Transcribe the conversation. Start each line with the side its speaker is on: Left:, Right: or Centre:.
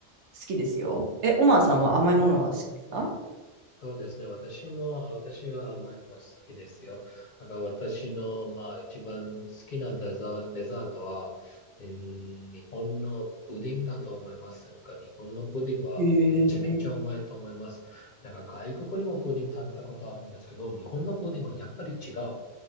Right: 好きですよ。え、オマーさんは甘いものは好きですか
Left: そうですね。私も、私は甘いもの好きですよ。なんか私の、まあ、一番好きなデザ、デザートは、うん、日本のプディングだと思います。なんか日本のプディングはめちゃめちゃうまいと思います。
Right: えー、
Left: なんか外国にもプディング食べたことあるんですけど、日本のプディングはやっぱり違う。